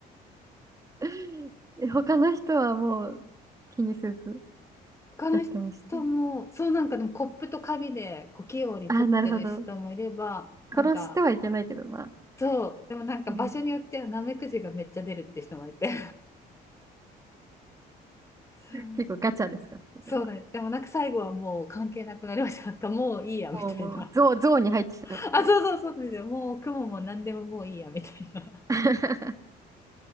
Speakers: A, on the right; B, on the left.
A: <laughs> え他の人はもう気にせず
B: <laughs> 他の人も、
A: やってました。
B: そうなんかでもコップと紙でこう器用に取ってる人もいれば、
A: ああ、なるほど。
B: なんか、
A: 殺してはいけないけど、まあ。
B: そう、でもなんか場所によってはナメクジがめっちゃ出るって人もいて、
A: うん
B: <laughs>
A: 結構ガチャですか、それは。
B: そうなんででもなんか最後はもう関係なくなりました。なんかもういいやみたいな。
A: もう、もう、ゾーゾーンに入っちゃって。
B: <laughs> あ、そうそうそうですよ。もう雲も何でももういいやみたいな。
A: <laughs>